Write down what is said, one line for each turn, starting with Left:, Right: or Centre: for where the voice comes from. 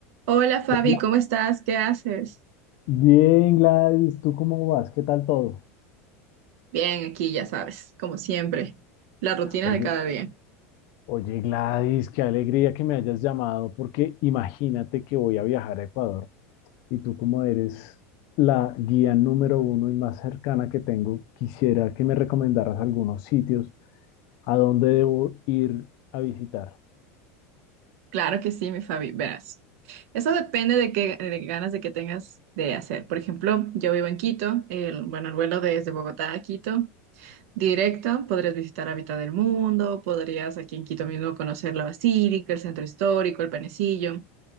Right: Hola Fabi,
Left: Hola.
Right: ¿cómo estás? ¿Qué haces?
Left: Bien, Gladys, ¿tú cómo vas? ¿Qué tal todo?
Right: Bien, aquí ya sabes, como siempre, la rutina
Left: Oye,
Right: de cada día.
Left: oye, Gladys, qué alegría que me hayas llamado, porque imagínate que voy a viajar a Ecuador y tú como eres la guía número uno y más cercana que tengo, quisiera que me recomendaras algunos sitios a dónde debo ir a visitar.
Right: Claro que sí, mi Fabi, verás. Eso depende de qué de qué ganas de que tengas de hacer. Por ejemplo, yo vivo en Quito, el, bueno, el vuelo desde Bogotá a Quito, directo, podrías visitar Hábitat del Mundo, podrías aquí en Quito mismo conocer la Basílica, el Centro Histórico, el Panecillo,